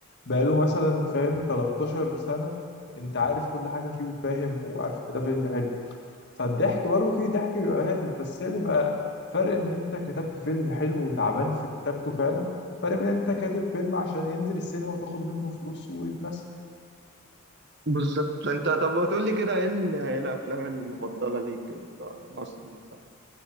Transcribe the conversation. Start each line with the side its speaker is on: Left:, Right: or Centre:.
Left: بقاله مثلا فاهم 13 سنة انت عارف كل حاجة فيه وفاهم وعارف ان ده فيلم حلو فالضحك برضه فيه ضحك بيبقى هادف بس هي بيبقى فرق ان انت كتبت فيلم حلو وتعبان في كتابته فعلا فرق بين ان انت كاتب فيلم عشان ينزل السينما وتاخد منه فلوس ويتنسى
Right: بالظبط انت طب ما تقول لي كده ايه ال- ايه الافلام المفضله ليك كده مصري مثلا